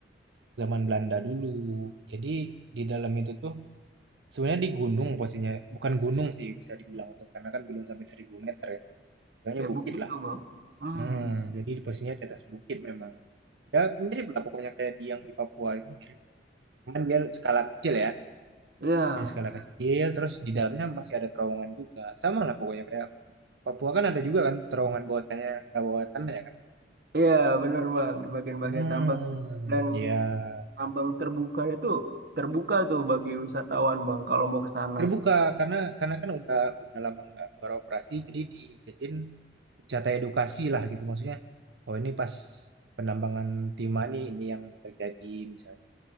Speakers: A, on the right; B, on the right.
A: zaman Belanda dulu. Jadi di dalam itu tuh sebenarnya di gunung posisinya. Bukan gunung sih bisa dibilang tuh karena kan belum sampai 1000 meter ya. Bilangnya
B: Ya
A: bukit
B: bukit
A: lah.
B: tuh, Bang. Hmm.
A: Hmm, jadi di posisinya di atas bukit memang. Ya mirip lah pokoknya kayak di yang di Papua itu mirip. Cuman dia skala kecil ya.
B: Iya.
A: Ya skala kecil, terus di dalamnya masih ada terowongan juga. Sama lah pokoknya kayak Papua kan ada juga kan terowongan bawah tanah, nggak bawah tanah ya kan?
B: Iya, bener, Bang. Di bagian-bagian
A: Hmm,
B: tambang. Dan
A: ya
B: tambang terbuka itu terbuka tuh bagi wisatawan, Bang, kalau mau ke sana.
A: terbuka karena karena kan udah udah lama nggak beroperasi, jadi dijadiin wisata edukasi lah gitu maksudnya. Oh ini pas penambangan Timah nih ini yang terjadi misalnya.